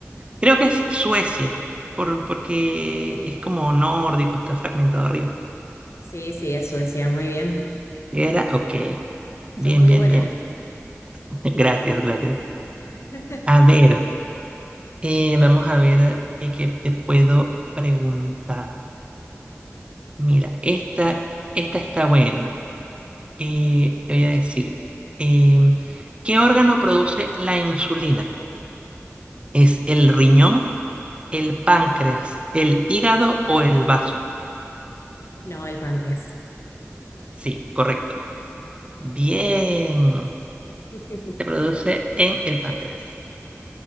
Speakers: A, on the right; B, on the left.
A: creo que es Suecia, por, porque
B: Eh,
A: es como nórdico, está fragmentado arriba.
B: sí, sí, es Suecia, muy bien.
A: Era, ok. Bien,
B: Sos muy
A: bien,
B: bueno
A: bien.
B: en esto.
A: <laughs> Gracias, gracias.
B: <laughs>
A: A ver. Eh, vamos a ver eh, qué te puedo preguntar. Mira, esta, esta está buena. Eh, te voy a decir, em, ¿qué órgano produce la insulina? ¿Es el riñón, el páncreas, el hígado o el vaso?
B: No, el páncreas.
A: Sí, correcto. Bien.
B: Mm. <laughs>
A: Se produce en el páncreas.